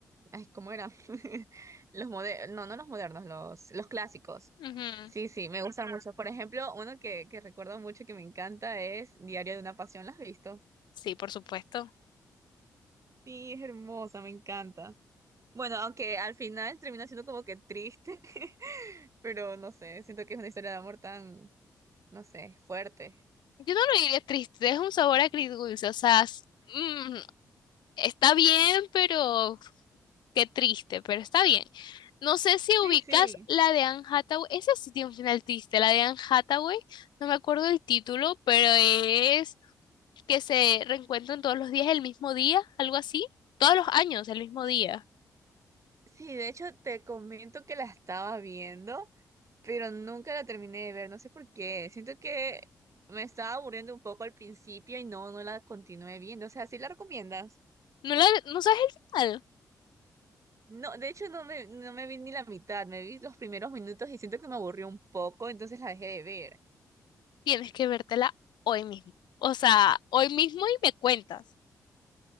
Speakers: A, on the right (about 40°); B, on the left (about 75°).
A: ay, ¿cómo era? <laughs> Los modernos, no, no los modernos, los, los clásicos.
B: Ujú,
A: Sí, sí, me gustan Ajá. mucho. Por ejemplo, uno que, que recuerdo mucho que me encanta es Diario de una Pasión. ¿Lo has visto?
B: Sí, por supuesto.
A: Sí, es hermosa, me encanta. Bueno, aunque al final termina siendo como que triste, <laughs> pero no sé, siento que es una historia de amor tan, no sé, fuerte.
B: Yo no lo diría triste, es un sabor agridulce, o sea, s- mm, está bien, pero Qué triste, pero está bien. No sé si
A: Sí,
B: ubicas
A: sí.
B: la de Anne Hathaway. Esa sí tiene un final triste. La de Anne Hathaway, no me acuerdo el título, pero es que se reencuentran todos los días el mismo día, algo así. Todos los años el mismo
A: Sí,
B: día.
A: sí, de hecho te comento que la estaba viendo, pero nunca la terminé de ver, no sé por qué. Siento que me estaba aburriendo un poco al principio y no, no la continué viendo. O sea, ¿sí la recomiendas?
B: ¿No, la, no sabes el final?
A: No, de hecho no me, no me vi ni la mitad, me vi los primeros minutos y siento que me aburrió un poco, entonces la dejé de ver.
B: Tienes que vértela hoy mismo. O sea, hoy mismo y me cuentas.